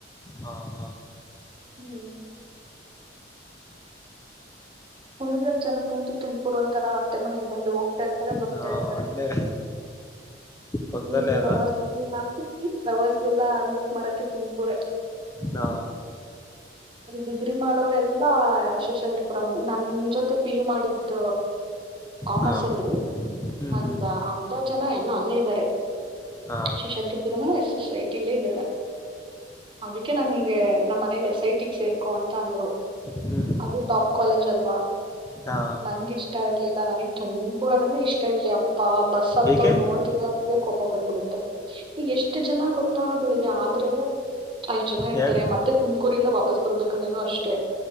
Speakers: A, on the left; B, on the right.
A: ಹಾ
B: ಹ್ಮ್ ಕುುಣಿದಲ್ ಜನಕ್ಕಂತೂ ತುಮಕೂರ್ ಒಂಂತರ ಅತ್ತೆ ಮನೆ ಇದ್ದಂದು ಹೋಗ್ತಾ ಇರ್ತಾರೆ ಬರ್ತಾ
A: ಹಾ
B: ಇರ್ತಾರೆ
A: ಅಲ್ಲೇ ಪಕ್ಕದಲ್ಲೇ
B: ಈ
A: ಅಲ್ಲ
B: ಲವರ್ಸ್ ಹಾಕ್ತತಿ ಲವರ್ಸ್ಗೆಲ್ಲಾ ಮೀಟ್ ಮಾಡಕ ತುಂಬತೂರ
A: ಹಾ
B: ಡಿಗ್ರಿ ಮಾಡೋರೆಲ್ಲಾ ಶೇಷ್ ಆಗರ್ಪರ ನನ್ ಜೊತೆ ಪಿ ಯು ಮಾಡಿದ್ದ ಕಾಮರ್ಸ್
A: ಹಾ
B: ಅಲ್ಲಿ
A: ಹ್ಮ್
B: ಒಂದ
A: ಹ್ಮ್
B: ಅರ್ಧ ಜನ ಎಲ್ಲ ಅಲ್ಲೇ ಇದ್ದಾರೆ
A: ಹಾ
B: ಶೇಷಾದ ಪುರಮಸ್ ಸೈಟ್ ಇಲ್ಲೇ ಇದಾರೆ ಅದಕ್ಕೆ ನಾನ ಹಗೆ ನಮ್ಮ ಮನಲ್ಲ ಸೈಟ್ ಸೇರ್ಕೋ ಅಂತ ಅಂದ್ರು
A: ಹ್ಮ್
B: ಅದು ಟಾಪ್ ಕಾಲೇಜ್ ಅಲ್ವಾ
A: ಹಾ
B: ನನ್ಗೆ ಇಷ್ಟ ಇರ್ಲಿಲ್ಲ ನನಗ್ ತಂಪೂರ ನನಗೆ ಇಷ್ಟ ಇರ್ಲಿ ಅ ಅ ಬಸ್ ಹತ್ತೋದ್
A: ಏಕೆ
B: ನೋಡ್ತಿದ್ದ ಕಕೊ ಬಂದ್ ಬಿಡುತ್ತೆ ಈ ಎಷ್ಟ್ ಜನ ಗೊತ್ತಾ ಬೆಳಿಗ್ ಆದ್ರೆ ಅಷ್ಟ್ ಜನ ಇರ್ತಾರೆ
A: ಯಾಕ
B: ಮತ್ತೆ ತುಮಕೂರಿಂದ ವಾಪಸ್ ಬರ್ಬೇಕಂದ್ರನು ಅಷ್ಟೇ